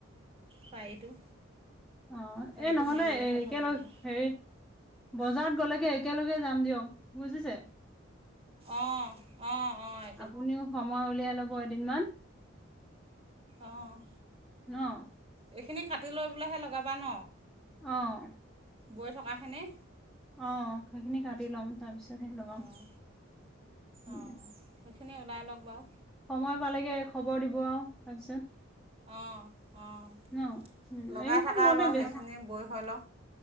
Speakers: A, on the right; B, in the centre.
A: পাৰিটো।
B: অঁ
A: পাৰিটো
B: এ নহলে
A: মিলিলেহে
B: এ একেলগ
A: ভাল লাগিব
B: হেৰি- বজাৰত গলেকে একেলগে যাম দিয়ক বুজিছে-
A: অঁ অঁ অঁ -
B: আপুনিও সময় উলিয়াই লব এদিনমান।
A: অঁ-
B: নহ-
A: এইখিনি কাটি লৈ পেলাইহে লগাবা ন?
B: অঁ!
A: বৈ থকাখিনি-
B: অ সেইখিনি কাটি ল'ম তাৰপিছতহে লগাম।
A: অঁ
B: উম
A: অঁ সেইখিনি ওলাই লওক বাও।
B: সময় পালেগে খবৰ দিব আৰু তাৰপিছত
A: অঁ অঁ
B: ন? উম
A: লগাই
B: এইকেইখন
A: থাকা
B: বনতে
A: বাৰু সেইখিনি
B: বে
A: বৈ হৈ লওক